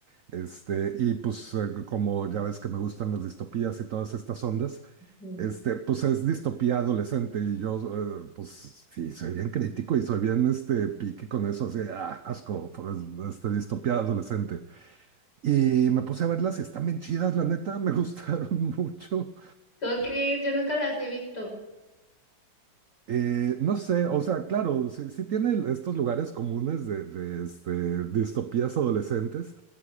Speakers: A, on the right; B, on the left.
A: Este, y pues, eh, como ya ves que me gustan las distopías y todas estas ondas,
B: Mm.
A: este, pues es distopía adolescente y yo, eh, pues sí, soy bien crítico y soy bien, este, pique con eso, así, ah, asco, pues, este, distopía adolescente. Y me puse a verlas y están bien chidas, la neta, me <laughs> gustaron mucho.
B: ¿Cómo crees? Yo nunca las he visto.
A: Eh, no sé, o sea, claro, sí, sí tiene estos lugares comunes de, de, este, distopías adolescentes.